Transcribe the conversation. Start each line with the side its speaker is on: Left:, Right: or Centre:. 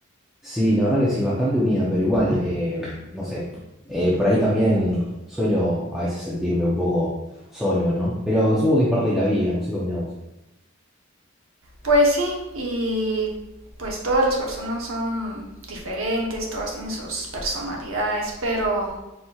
Centre: Sí, la verdad que sí, bastante unida, pero igual, eh, no sé. Eh, por ahí también suelo a veces sentirme un poco solo, ¿no? Pero supongo que es parte de la vida, no sé qué opinás vos.
Right: Pues sí, y pues todas las personas son diferentes, todas tienen sus personalidades, pero